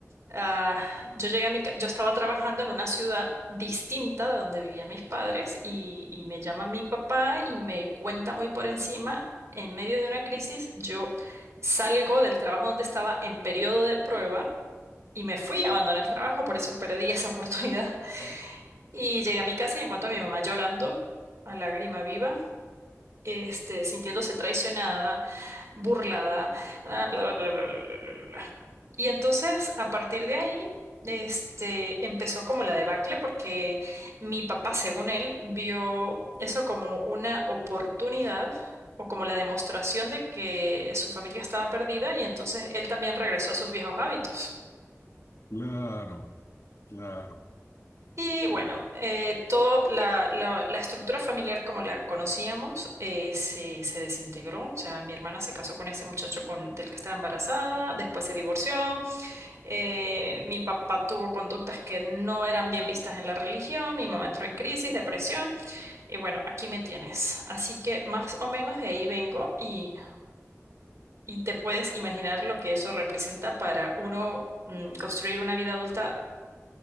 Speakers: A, on the right (about 65°); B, on the left (about 60°).
A: ah, yo llegué a mi, ca- yo estaba trabajando en una ciudad distinta de donde vivían mis padres y, y me llama mi papá y me cuenta muy por encima, en medio de una crisis, yo salgo del trabajo donde estaba en periodo de prueba y me fui a abandonar el trabajo, por eso perdí esa <laughs> oportunidad.
B: Oh.
A: Y llegué a mi casa y encuentro a mi mamá llorando a lágrima viva este, sintiéndose traicionada, burlada, ah, bla, bla, bla, bla, bla, bla, bla, bla, bla. Y entonces, a partir de ahí, este, empezó como la debacle porque mi papá, según él, vio eso como una oportunidad o como la demostración de que su familia estaba perdida y entonces él también regresó a sus viejos hábitos.
B: Claro. Claro,
A: Y
B: sí.
A: bueno, eh, todo la, la- la estructura familiar como la conocíamos eh, se, se desintegró. O sea, mi hermana se casó con ese muchacho con, del que estaba embarazada, después se divorció. eh, mi papá tuvo conductas que no eran bien vistas en la religión. Mi mamá entró en crisis, depresión. Y bueno, aquí me tienes. Así que más o menos de ahí vengo y, y te puedes imaginar lo que eso representa para uno mm, construir una vida adulta